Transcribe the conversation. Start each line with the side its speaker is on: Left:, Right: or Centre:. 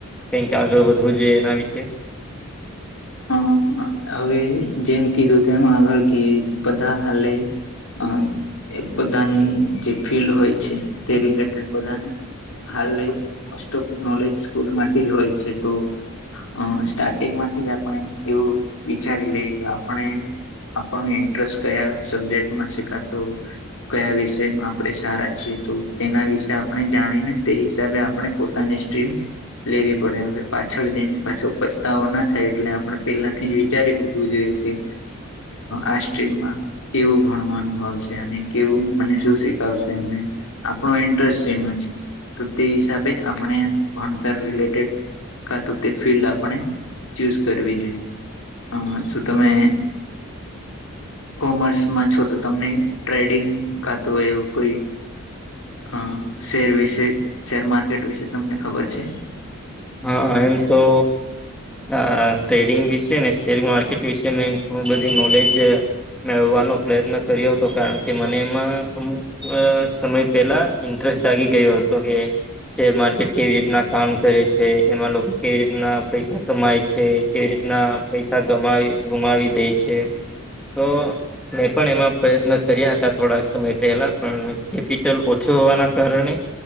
Centre: કઈક આગળ વધવું જ જોઈએ એના વિશે.
Left: હા હ હવે જેમ કીધું તેમ આગળ કે બધા હાલે. અ એ બધાની જે ફીલ્ડ હોય છે, તે રિલેટેડ બધાને હાલ મોસ્ટ ઓફ નોલેજ સ્કૂલ માંથી જ હોય છે, તો અ સ્ટાર્ટિંગ માંથી જ આપણે એવું વિચારી લઈએ કે આપણે આપણ ઇન્ટરેસ્ટ કયા સબ્જેક્ટમાં શીખાતું કયા વિષય માં આપણે સારા છીએ તો તેના વિશે આપણે જાણીને તે હિસાબે આપણે પોતાને ડ્રીમ લેવી પડે હવે પાછળ જેની પાછ ઉપસ્તા ના થાય એટલે આપણે પેલાથી જ વિચારી મકવું જોઈએ કે આ સ્ટ્રીમમાં કેવું ભણવા અનુભાવશે અને કેવું મને શું શીખાવશે એને આપણો ઇન્ટરેસ્ટ જેમાં છે તો તે હિસાબે જ આપણે ભણતર રિલેટેડ ક તો તે ફિલ્ડ આપણે ચૂઝ કરવી જોઈએ અ શું તમે કોમર્સમાં છો તો તમને ટ્રેડિંગ કા તો એવું કોઈ અ શેર વિશે શેર માર્કેટ વિશે તમને ખબર છે?
Centre: હા એમ તો આ ટ્રેડિંગ વિશે ને શેર માર્કેટ વિશે મે ઘણું બધી નોલેજ મેળવવાનો પ્રયત્ન કર્યો હતો કારણ કે મને એમાં અ સમય પેલા ઇન્ટરેસ્ટ જાગી ગયો હતો કે શેર માર્કેટ કેવી રીતના કામ કરે છે. એમાં લોકો કેવી રીતના પૈસા કમાય છે, કેવી રીતના પૈસા ગમા ગુમાવી દે છે. તો. મેં પણ એમાં પ્રયત્ન કર્યા હતા થોડાક સમય પહેલા પણ કેપિટલ ઓછો હોવાના કારણે